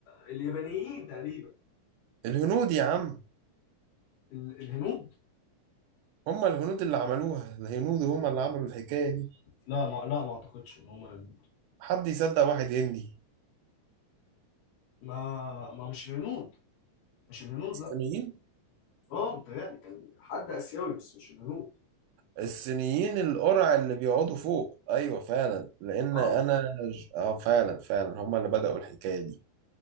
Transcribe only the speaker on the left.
اليابانيين تقريبا
ال- الهنود
لا ما لا ما اعتقدش ان هم الهنود
ما ما مش الهنود مش الهنود
لا اه متهيألي كان حد اسيوي بس مش الهنود
اه